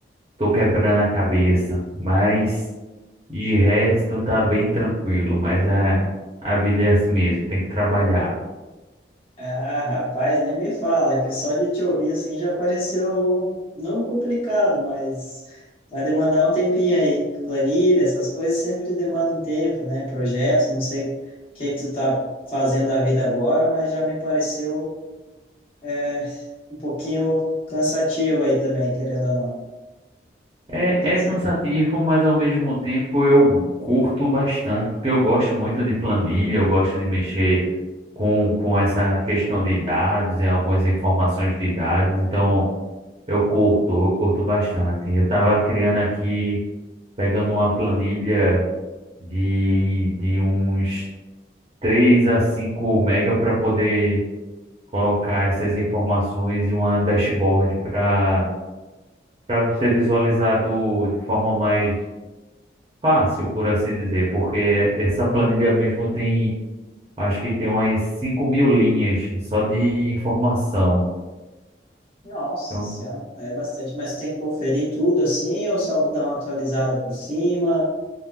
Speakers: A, on the right; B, on the left.
A: tô quebrando a cabeça. Mas de resto tá bem tranquilo, mas a a vida é assim mesmo, tem que trabalhar.
B: Ah, rapaz, nem me fala, que só de te ouvir assim já pareceu não complicado, mas vai demandar um tempinho aí. Planilha, essas coisas sempre demandam um tempo, né? Projetos, não sei o que é que tu tá fazendo da vida agora, mas já me pareceu é, um pouquinho cansativo aí também, querendo ou não.
A: É,
B: Que que
A: é cansativo,
B: tu-
A: mas ao mesmo tempo eu curto bastante, porque eu gosto muito de planilha, eu gosto de mexer com, com essa questão de dados e algumas informações de dados, então eu
B: Uhum,
A: curto, eu curto bastante. Eu estava criando aqui, pegando uma planilha de, de uns 3 a cinco mega para poder colocar essas informações e uma dashboard para para ser visualizado de forma mais fácil, por assim dizer, porque essa
B: uhum.
A: planilha mesmo tem, acho que tem umas cinco mil linhas só de informação.
B: Nossa
A: Então,
B: Senhora, aí é bastante, mas tem que conferir tudo assim ou só dar uma atualizada por cima?